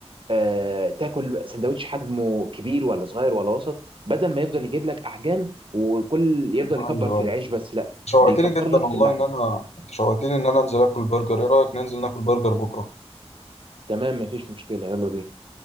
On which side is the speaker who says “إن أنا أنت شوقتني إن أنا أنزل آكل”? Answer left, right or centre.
Left